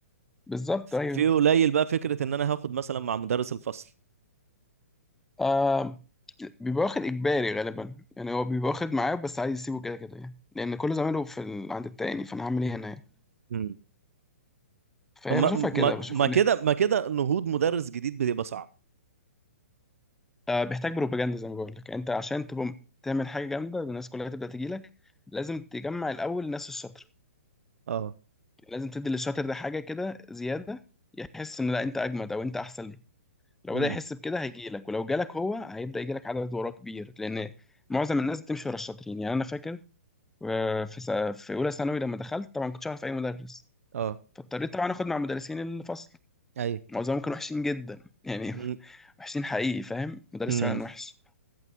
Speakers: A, in the centre; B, on the right.
A: بالظبط ايوه
B: في قليل بقى فكره ان انا هاخد مثلا مع مدرس الفصل
A: آه بيبقى واخد إجباري غالبا يعني هو بيبقى واخد معاه بس عايز يسيبه كده كده يعني لأن كل زمايله في ال... عند التاني فأنا هعمل إيه هنا يعني
B: امم
A: فهي
B: ما
A: بشوفها كده
B: ما
A: بشوف
B: ما
A: إن
B: كده ما كده نهوض مدرس جديد بيبقى صعب
A: آه بيحتاج بروباجندا زي ما بقول لك أنت عشان تبقى م- تعمل حاجة جامدة الناس كلها تبدأ تجي لك لازم تجمع الأول الناس الشاطرة
B: اه
A: يعني لازم تدي للشاطر ده حاجة كده زيادة يحس إن لا أنت أجمد أو أنت أحسن له لو
B: امم
A: بدأ يحس بكده هيجي لك ولو جالك هو هيبدأ يجي لك عدد وراه كبير لأن معظم الناس بتمشي ورا الشاطرين يعني أنا فاكر وفي س- في اولى ثانوي لما دخلت طبعا ما كنتش اعرف اي مدرس
B: اه
A: فاضطريت طبعا اخد مع مدرسين الفصل
B: ايوه
A: معظمهم كانوا وحشين جدا يعني
B: امم
A: <laughs> وحشين حقيقي فاهم مدرس
B: امم
A: فعلا وحش